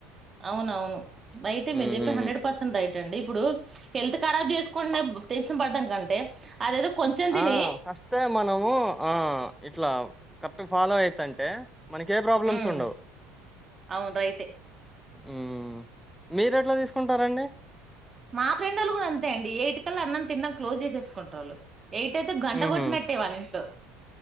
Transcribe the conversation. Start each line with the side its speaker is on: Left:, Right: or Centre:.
Right: అవునవును రైటే మీరు
Centre: ఉమ్
Right: చెప్పింది హండ్రెడ్ పర్సెంట్ రైట్ కండి ఇప్పుడు హెల్త్ కరాబ్ చేసుకోండా టెన్షన్ పడ్డం కంటే అదేదో కొంచెం తిని
Centre: ఆ ఫస్టే మనము ఆ ఇట్లా కరెక్ట్ ఫాలో అయితంటే, మనకి ఏ ప్రాబ్లమ్స్
Right: ఉమ్,
Centre: ఉండవు
Right: అవును రైటే
Centre: మ్మ్ మీరు ఎట్లా తీసుకుంటారంండి
Right: మా ఫ్రెండోల్లు కూడా అంతే అండి ఎయిట్ కల్లా అన్నం తిినడం క్లోజ్ చేసేసుకుంటారు వాళ్ళు ఎయిట్ అయితే గంట
Centre: ఉహు
Right: కొట్టినట్టే వాల్ల ఇంట్లో